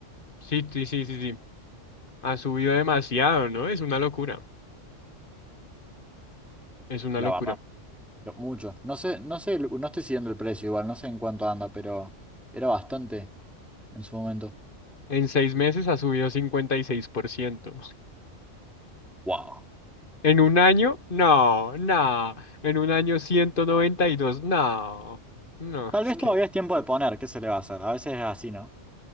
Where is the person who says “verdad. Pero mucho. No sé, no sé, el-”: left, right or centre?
Centre